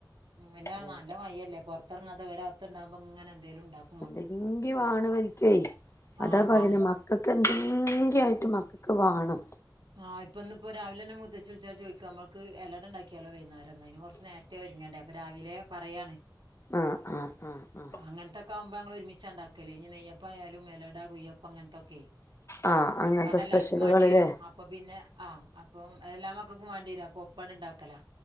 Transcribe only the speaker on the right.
ഉംപിന്നെ
ന്നല്ലേ മയല്ലേ പുറത്തിറങ്ങാത്തെവരെ അകത്ത്ണ്ടാവുമ്പോ ഇങ്ങനെ എന്തേലുംഇണ്ടാക്കും.
ആഹ്
അതാണ്
ആഹ് ഇപ്പൊന്ന്പ്പോ രാവിലെന്നെ മൂത്തച്ചി വിളിച്ചാചോയ്ക്ക അമ്മക്ക് എലട ഇണ്ടാക്കിയാലോ വെയ്ന്നേരം അയ്ന് കൊർച്ച് നേര് തേ ഒരുങ്ങണ്ടേ അപ്പൊരാവിലെ പറയാണ്.
അങ്ങനത്തൊക്കആകുമ്പോ ഞങ്ങൾ ഒരുമിച്ചഇണ്ടാക്കല് ഇഞ്ഞി നെയ്യപ്പയാലും, എലട, കുയ്യപ്പം അങ്ങന്തൊക്കെ
പതെല്ലാർക്കും
മാണ്ടിവെരും. അപ്പ് അപ്പൊപിന്നെ ആ അപ്പൊ എല്ലാമക്കൾക്കുംമാണ്ടിവെരും അപ്പൊ ഒപ്പണ്ഇണ്ടാക്കല.